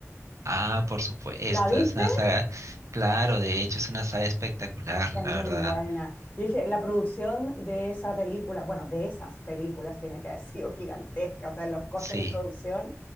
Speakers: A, on the right (about 75°); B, on the left (about 35°).
A: Ah, por supuesto,
B: ¿La viste?
A: es una saga, claro, de hecho es una saga espectacular,
B: Es
A: la
B: muy
A: verdad,
B: buena. Yo dije, la producción de esa película, bueno, de esas películas tiene que haber <laughs> sido gigantesca, o sea, los costos
A: sí,
B: de producción,